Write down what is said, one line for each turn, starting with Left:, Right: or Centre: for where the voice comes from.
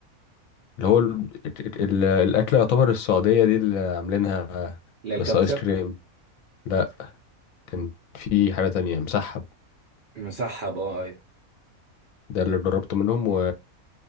Left: اللي هو ال... ال... ال- الأكلة يعتبر السعودية دي اللي عاملينها
Right: اللي هي
Left: بس
Right: الكبسة
Left: آيس كريم لا كان في حاجة تانية مسحب
Right: مسحب اه ايوه
Left: ده اللي جربته منهم و...